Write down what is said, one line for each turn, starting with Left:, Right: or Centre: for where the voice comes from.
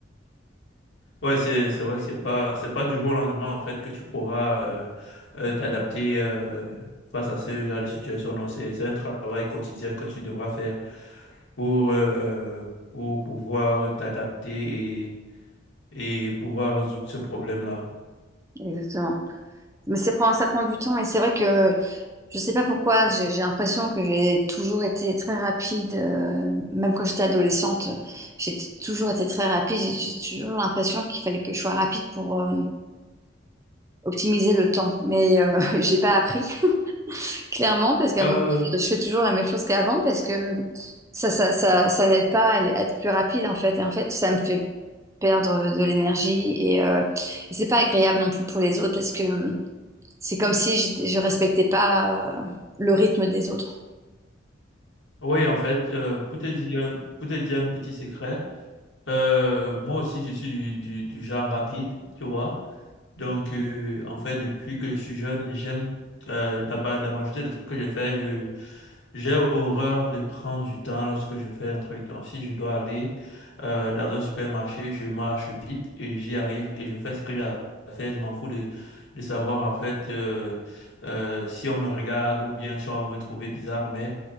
Left: Ouais, c'est c'est vrai que c'est pas c'est pas du jour au lendemain en fait que tu pourras euh, euh, t'adapter euh, face à ce genre de situation. Non, c'est c'est un travail quotidien que tu devras faire pour euh, euh, pour pouvoir t'adapter et et pouvoir résoudre ce problème-là.
Right: <laughs> Exactement. Mais c'est- ça prend, ça prend du temps et c'est vrai que Je sais pas pourquoi, j'ai j'ai l'impression que j'ai toujours été très rapide, euh, même quand j'étais adolescente, j'ai t- toujours été très rapide. J'ai j'ai toujours l'impression qu'il fallait que je sois rapide pour euh, optimiser le temps. Mais euh, <laughs> j'ai pas appris, <laughs> clairement, parce qu'à
Left: Euh,
Right: mon je fais toujours la même chose qu'avant, parce que ça, ça, ça, ça n'aide pas à être plus rapide, en fait. Et en fait, ça me fait perdre de l'énergie et, euh, et c'est pas agréable non plus pour les autres, parce que euh, c'est comme si j'étais- je respectais pas euh, le rythme des autres.
Left: oui, en fait, euh, pour te dire pour te dire un petit secret, euh, moi aussi je suis du du du genre rapide, tu vois. Donc euh, en fait depuis que je suis jeune, j'aime euh, la, pa- la majorité des trucs que j'ai fait, J'ai horreur de prendre du temps lorsque je fais un truc. Donc, si je dois aller euh, dans un supermarché, je marche vite et j'y arrive et je fais ce que j'ai à faire. Je m'en fous de, de savoir en fait euh, euh, si on me regarde ou bien si on va me trouver bizarre. Mais